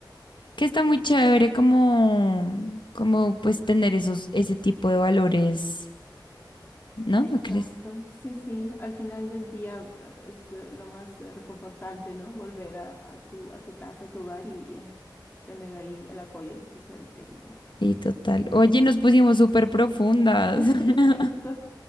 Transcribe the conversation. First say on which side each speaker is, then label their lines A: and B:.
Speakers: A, on the left; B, on the left.
A: que está muy chévere como, como pues tener esos, ese tipo de valores, ¿no?
B: Exacto,
A: ¿No crees?
B: sí, sí, al final del día eh, es eh, lo más eh, reconfortante, ¿no? Volver a, a tu, a tu casa, a tu hogar y eh, tener ahí el apoyo de tus seres queridos.
A: Sí, total.
B: Sí,
A: Oye, nos pusimos súper profundas.
B: <laughs>
A: <laughs>
B: es cierto,